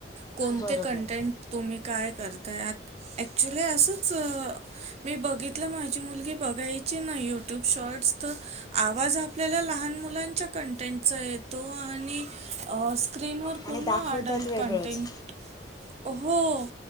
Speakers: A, on the right (about 35°); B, on the left (about 20°).
A: कोणते
B: बरोबर
A: कंटेंट तुम्ही काय करताय आ ऍक्च्युली असंच मी बघित त्यातलं माझी मुलगी बघायची नाही यूट्यूब शॉर्ट्स तर आवाज आपल्याला लहान मुलांच्या कंटेंटचा येतो आणि स्क्रीनवर
B: आणि
A: पूर्ण
B: दाखवतात
A: अडल्ट
B: वेगळंच
A: कंटेंट हो